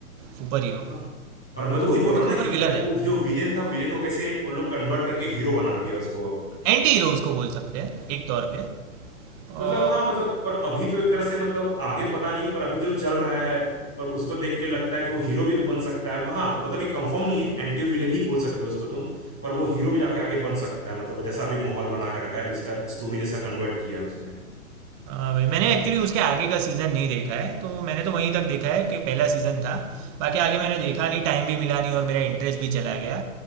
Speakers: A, on the right; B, in the centre.
A: सुपर हीरो
B: हाँ पर मैं तो वही बोल
A: वो
B: रहा
A: तो
B: हूँ
A: सुपर
B: ना एक
A: विलन
B: तरह वो
A: है
B: जो विलेन था विलेन को कैसे उन लोग कन्वर्ट करके हीरो बना दिया उसको अब
A: एंटी हीरो उसको बोल सकते हैं एक तौर पे
B: मतलब
A: और
B: हाँ मतलब पर अभी तो एक तरह से मतलब आगे तो पता नहीं है पर अभी जो चल रहा है पर उसको देख के लगता है कि वो हीरो भी तो बन सकता है हाँ मतलब ये कंफर्म नहीं है एंटी विलन ही बोल सकते हो उसको तुम पर वो हीरो भी जाके आगे बन सकता है मतलब जैसा अभी माहौल बना के रखा है अभी इसका स्टोरी जैसा कन्वर्ट किया है उसने
A: हाँ भाई मैंने एक्चुअली उसके आगे का सीज़न नहीं देखा है तो मैंने तो वहीं तक देखा है कि पहला सीज़न था बाकी आगे मैंने देखा नहीं टाइम भी मिला नहीं और मेरा इंटरेस्ट भी चला गया